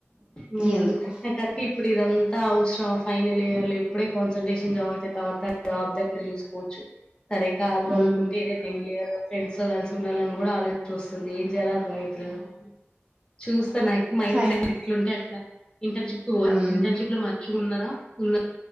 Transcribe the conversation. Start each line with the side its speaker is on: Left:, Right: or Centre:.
Left: ఉమ్,
Right: ఈ ఎందుకో
Left: నాకు అదికే ఇప్పుడు ఇదంతా అవసరం ఫైనల్ ఇయర్ లో ఇప్పుడే కాన్సన్ంట్రేషన్ జాతే తర్వాత జాబ్ దగ్గర చూసుకోవచ్చు సరే కాదు అనుకుంటే
Right: ఉమ్
Left: ఇదే ఫైన్ ఇయర్ ఫ్రెండ్స్ తో కలిసి ఉండాలని కూడా ఆలోచన వస్తుంది ఏం చెయాలరు అర్థం కావడం లేదు చూస్త స నాకు మైండ్
Right: ఫైన్
Left: సెట్ ఎట్లుంటే అట్లా ఇంటర్న్షిప్ కు కూడా
Right: ఉమ్
Left: ఇంటర్న్షిప్ లో మంచి ఉన్నారా ఉన్న